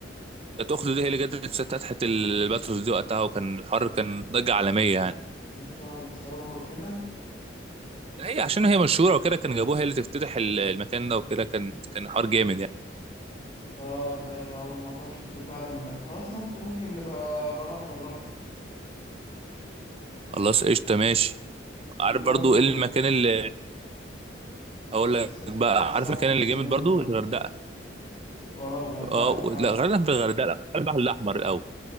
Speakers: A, on the right; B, on the left.
A: كانت اخته دي هي اللي جت فتحت الباتروس دي وقتها وكان الحر كان ضجه عالميه يعني
B: انشهر بسببها وكده
A: هي عشان هي مشهوره وكده كان جابوها هي اللي تفتتح ال- المكان ده وكده كان كان حوار جامد يعني
B: اه لا ده هو الموضوع شكله فعلا خلاص ممكن ممكن نبقى بروح اجربها
A: خلاص قشطه ماشي
B: في
A: عارف
B: برضو
A: برضو ايه المكان اللي هقول لك
B: الس...
A: بقى
B: الساحل
A: عارف المكان
B: الشمالي
A: اللي جامد برضو
B: برضو
A: الغردقه
B: اه الغردقة
A: اه و-
B: فعلا
A: لا غردقه في الغردقه لا البحر الاحمر الاول